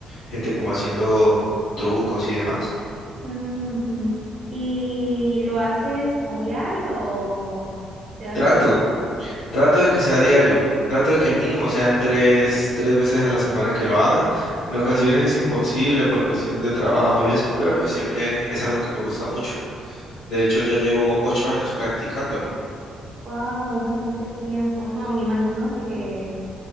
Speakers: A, on the left; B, on the right.
A: gente como haciendo trucos y demás.
B: Ujú. ¿Y lo haces a diario o te das
A: Trato.
B: tus
A: Trato de que sea diario, trato de que mínimo sean tres, tres veces a la semana que lo haga. En ocasiones es imposible por cuestiones de trabajo y eso, pero pues siempre es algo que me gusta mucho. De hecho, ya llevo ocho años practicándolo.
B: Wow, bastante tiempo. No, me imagino que,